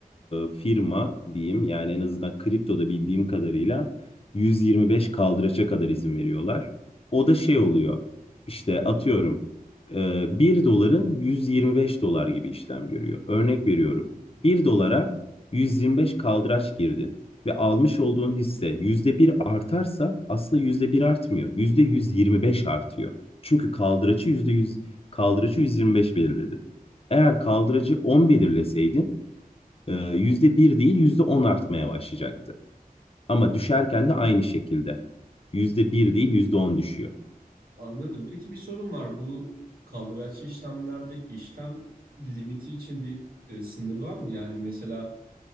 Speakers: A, on the left; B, on the right.
A: firma diyeyim yani en azından kriptoda bildiğim kadarıyla 125 kaldıraça kadar izin veriyorlar. O da şey oluyor işte atıyorum e, 1 doların 125 dolar gibi işlem görüyor. Örnek veriyorum bir dolara 125 kaldıraç girdin ve almış olduğun hisse yüzde bir artarsa aslında yüzde bir artmıyor %125 artıyor. Çünkü kaldıraçı %100 kaldıraçı 125 belirledi. Eğer kaldıracı 10 belirleseydin e, yüzde bir değil %10 artmaya başlayacaktı. Ama düşerken de aynı şekilde yüzde bir değil %10 düşüyor.
B: Anladım. Peki bir sorun var. Bu kaldıraçlı işlemlerde işlem limiti için bir e, sınır var mı? Yani mesela